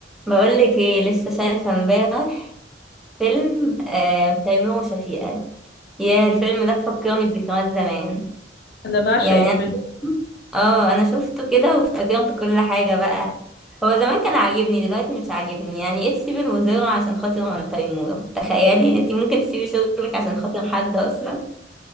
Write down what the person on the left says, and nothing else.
انا بعشق
الفيلم